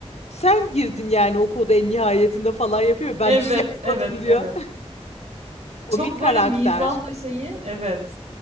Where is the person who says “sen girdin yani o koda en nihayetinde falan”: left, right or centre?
Left